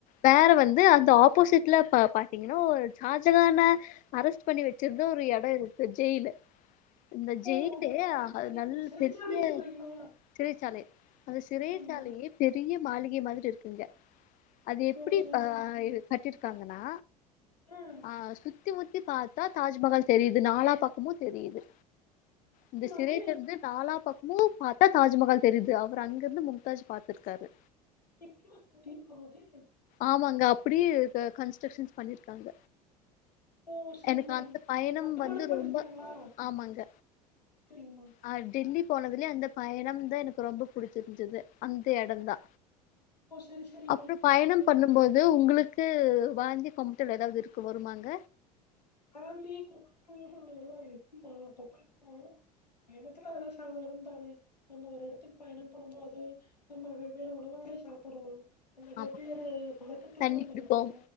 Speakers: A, on the left; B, on the left.
A: வேற வந்து அந்த ஆப்போசிட்ல பா பாத்தீங்கன்னா ஜாஜகான அரெஸ்ட் பண்ணி வச்சிருந்த ஒரு எட இருக்கு ஜெயிலு இந்த ஜெயிலு
B: ஓ கோ-
A: அது
B: சரிங்கம்மா
A: நல்
B: சிறைச்சாலை
A: பெரிய
B: சொல்றீங்களா
A: சிறைச்சாலை அந்த சிறைச்சாலையே
B: சரிங்கம்மா
A: பெரிய மாளிகை மாதிரி இருக்குங்க அது எப்படி
B: ஓ சரி
A: ப கட்டிருக்காங்கன்னா
B: ம்
A: ஆ சுத்தி முத்தி பாத்தா தாஜ்மஹால் தெரியுது நாலா பக்கமு தெரியுது
B: எப்படிம்மா
A: இந்த சிறை
B: அது
A: திறந்து தாலா பக்கமு பாத்தா தாஜ்மஹால் தெரியுது அவர் அங்கிருந்து முக்தாஜ் பாத்திருக்காரு
B: <unintelligible> கூட்டிட்டு போகுது
A: ஆமாங்க அப்படி க கன்ஸ்ட்ரக்ஷன்ஸ் பண்ணிருக்காங்க
B: ஓ சரிங்கம்மா
A: எனக்கு அந்த பயணம்
B: கட்டுமானம்
A: வந்து
B: பண்ணியிருக்காங்களா
A: ரொம்ப ஆமாங்க
B: சரிங்கம்மா
A: ஆ டெல்லி போனதுலே அந்த பயணம்தா எனக்கு ரொம்ப புடிச்சிருஞ்சுது அந்த எடோதா
B: ஓ சரி சரிம்மா
A: அப்பறோ பயணம்
B: டே,
A: பண்ணும் போது உங்களுக்கு வாந்தி கொம்ப்த்தல் ஏதாவது இருக்கு வருமாங்க
B: வாந்தி கொமட்டகள் எல்லா இருக்கும்மா <unintelligible> இருக்கோ வேனத்து நல்ல சாதாரண தானி நம்ம ஒரு எடத்துக்கு பயணோ பண்ணும்போது நம்ம வெவ்வேறு உணவுகள சாப்பிடுவோ இந்த வெவ்வேறு
A: ஆமா.
B: பழக்கத்துல
A: தண்ணி
B: நம்ம
A: குடிப்போம்.
B: இருக்கோ